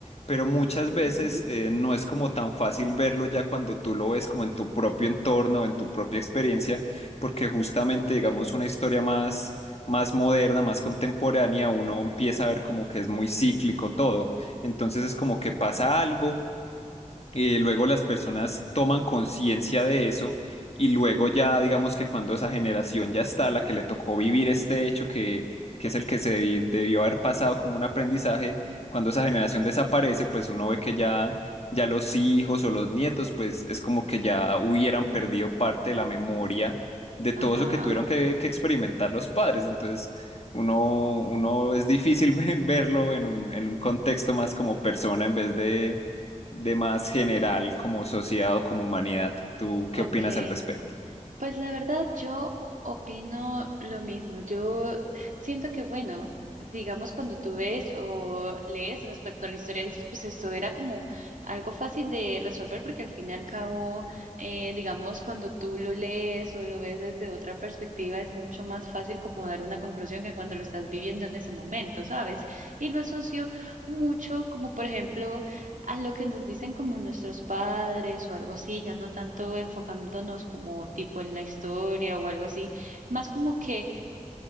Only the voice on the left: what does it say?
pero muchas
veces eh, no es como tan fácil verlo ya cuando tú lo ves como en tu propio entorno, en tu propia experiencia, porque justamente, digamos, una historia más, más moderna, más contemporánea, uno empieza a ver como que es muy cíclico todo. Entonces es como que pasa algo eh, luego las personas toman conciencia de eso y luego ya digamos que cuando esa generación ya está, la que le tocó vivir este hecho que, que es el que se debi- debió haber pasado como un aprendizaje, cuando esa generación desaparece, pues uno ve que ya, ya los hijos o los nietos, pues es como que ya hubieran perdido parte de la memoria de todo
eso que tuvieron que, que experimentar los padres. Entonces... Uno, uno es difícil <laughs> verlo en un, en un contexto más como persona en vez de, de más general como sociedad o como humanidad. ¿Tú qué
opinas al respecto?